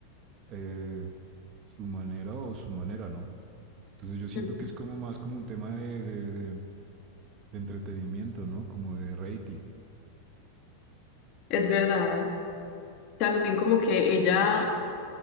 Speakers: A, on the right; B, on the left.
A: eh, su manera o su manera, ¿no? Entonces yo siento
B: Ujú.
A: que es como más como un tema de, de, de, de entretenimiento, ¿no? Como de rating.
B: Es verdad. También como que ella